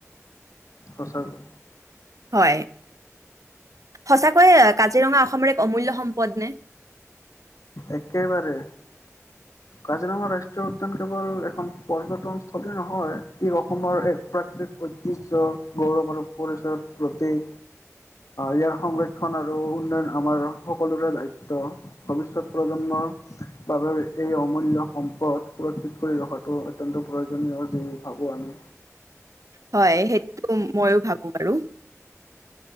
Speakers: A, on the left; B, on the right.
A: সঁচা গৈ
B: হয় সঁচাকৈয় কাজিৰঙা অসমৰ এক অমূল্য সম্পদ নে?
A: একেবাৰে, কাজিৰঙা ৰাষ্ট্ৰীয় উদ্যান কেৱল এখন পৰ্যটনস্থলী নহয় ই অসমৰ এক প্ৰাকৃতিক ঐতিহ্য গৌৰৱ আৰু পৰিচয়ৰ প্ৰতীক ইয়াৰ সংৰক্ষণ আৰু উন্নয়ন আমাৰ সকলোৰে দায়িত্ব ভৱিষ্যত প্ৰজন্মৰ বাবে এই অমূল্য সম্পদ সুৰক্ষিত কৰি ৰখাটো অত্যন্ত প্ৰয়োজনীয় যি ভাবোঁ আমি
B: হয় সেইটো ময়ো ভাবো বাৰু